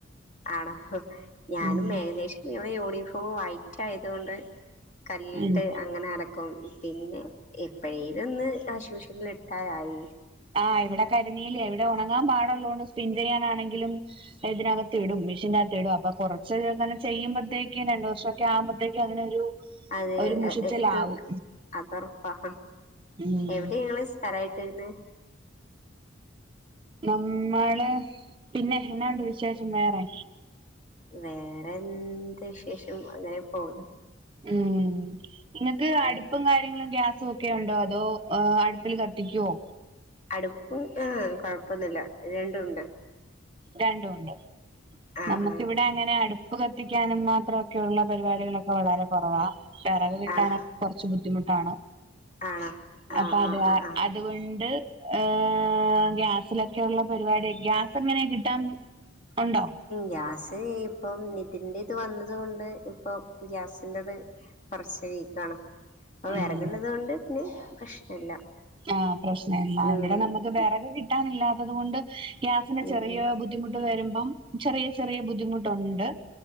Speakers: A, on the left (about 40°); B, on the right (about 25°).
A: ആണോ ഞാനും
B: ഉം
A: ഏകദേശം ഇവിടെ യൂണിഫോം വൈറ്റ് ആയതു കൊണ്ട് കല്ലിട്ട്
B: ഉം
A: അങ്ങനെ അലക്കും പിന്നെ എപ്പോഴേലും ഒന്ന് വാഷിമിഷൻ ഇട്ടാൽ ആയി
B: ആഹ് ഇവിടെ കരിനീലയ ഇവിടെ ഉണങ്ങാൻ പാടുള്ളതോണ്ട് സ്പിൻറ് ചെയ്യാനാണെങ്കിലും ഇതിനകത്ത് ഇടും മിഷീൻ അകത്തിടും അപ്പൊ കുറച്ച് അങ്ങനെ ചെയ്യുമ്പോതേക്കും രണ്ടു വർഷം ഒക്കെ ആമ്പഴത്തേക്ക അങ്ങനൊ ഒരു-
A: അതെ
B: മുഷിച്ചിലാവും
A: ഇത് അതുറപ്പാ
B: ഉം
A: എവിടെ ങ്ങള് സ് സ്ഥലായിട്ട് വരുന്നേ
B: നമ്മള് പിന്നെ എന്നാണ്ട് വിശേഷം വേറെ
A: വേറെ എന്ത് വിശേഷം അങ്ങനെ പോണ്
B: ഉം നിങ്ങക്ക് അടുപ്പും
A: ആഹ്
B: കാര്യങ്ങളും ഗ്യാസും ഒക്കെ ഉണ്ടോ അതോ ഏഹ് അടുപ്പിൽ കത്തിക്കുവോ?
A: അടുപ്പും ആഹ് കൊഴപ്പൊന്നുല്ല രണ്ടും ഉണ്ട്
B: രണ്ടുവുണ്ട്
A: ആഹ്
B: നമുക്കിവിടെ
A: ആഹ്
B: അങ്ങനെ അടു- പ്പ് കത്തിക്കാനും മാത്രൊക്കെയുള്ള പരിപാടികളൊക്കെ വളരെ കുറവാ വിറക് കിട്ടാനൊക്കെ
A: ആണോ
B: കുറച്ച് ബുദ്ധിമുട്ടാണ്
A: ആണോ ആഹ്
B: അപ്പൊ അത്
A: ആഹ്
B: അ
A: ആഹ് ആഹ്
B: അതുകൊണ്ട് ഏഹ് ഗ്യാസിലൊക്കെ ഉള്ള പരിപാടി ഒക്കെ ഗ്യാസ് എങ്ങനെ കിട്ടാ ഉണ്ടോ
A: ഗ്യാസ് ഇപ്പം ഇതിൻന്റെ ഇത് വന്നത് കൊണ്ട് ഇപ്പം ഗ്യാസിന്റെത് കുറച്ച് വീക്കാണ് അപ്പൊ
B: ഉം
A: വിറകുള്ളത് കൊണ്ട് പിന്നെ പ്രശ്നല്ല
B: ആഹ് പ്രശ്നല്ല
A: ഉം
B: ഇവിടെ നമുക്ക് വിറക്ക് കിട്ടാനില്ലാത്തത കൊണ്ട് ഗ്യാസിന്റെ
A: ഉം
B: ചെറിയ
A: ഉം
B: ബുദ്ധിമുട്ട് വരുമ്പം ചെറിയ ചെറിയ ബുദ്ധിമുട്ടുണ്ട്